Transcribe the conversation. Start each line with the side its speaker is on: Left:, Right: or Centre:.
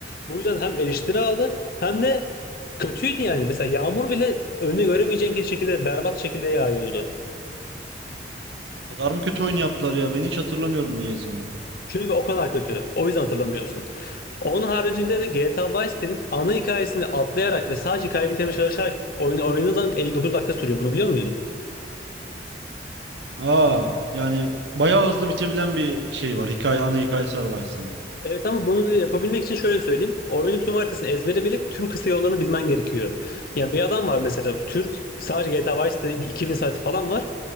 Left: Bu yüzden hem eleştiri aldı hem de Kötüydü yani. Mesela yağmur bile önünü göremeyeceğin şekilde berbat şekilde yağıyordu.
Right: O kadar mı kötü oyun yaptılar ya? Ben hiç hatırlamıyorum niyeyse onu.
Left: Çünkü o kadar kötü. O yüzden hatırlamıyorsun. Onun haricinde de GTA Vice City'nin ana hikayesini atlayarak ve sadece hikaye bitirmeye çalışarak oyunu oynadığın 59 dakika sürüyor. Bunu biliyor muydun?
Right: Aa yani bayağı hızlı bitebilen bir şey var. Hikaye, ana hikayesi var Vice City'nin.
Left: Evet ama bunu yapabilmek için şöyle söyleyeyim. Oyunun tüm haritasını ezbere bilip tüm kısa yollarını bilmen gerekiyor. Yani bir adam var mesela Türk. Sadece GTA Vice City'de bir 2000 saati falan var.